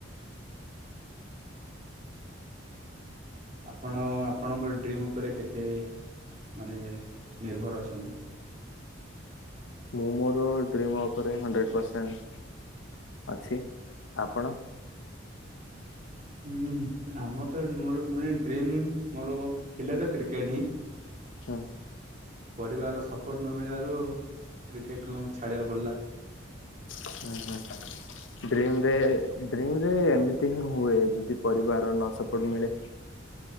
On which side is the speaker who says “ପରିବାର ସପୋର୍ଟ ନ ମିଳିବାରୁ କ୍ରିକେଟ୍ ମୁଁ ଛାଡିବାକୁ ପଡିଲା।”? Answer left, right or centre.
Right